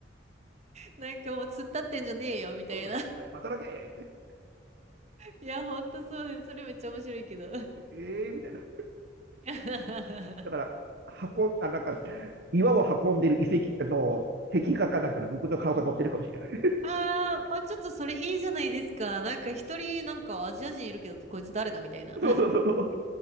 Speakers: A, on the right; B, on the right.
A: なんかもう突っ立ってんじゃねえよみたいな。
B: うん、
A: <laughs>
B: あれ働けって、
A: いや、ほんとそうです。それめっちゃ面白いけど。
B: えー、みたいな。
A: <laughs>
B: だから、運ん、あ、なんか、岩を運んでる遺跡、あの、壁画かなんかで僕の顔が載ってるかもしれない。
A: あーあ、ちょっとそれいいじゃないですか。なんか一人、なんかアジア人いるけど、こいつ誰だみたいな。
B: <laughs> そうそうそうそう。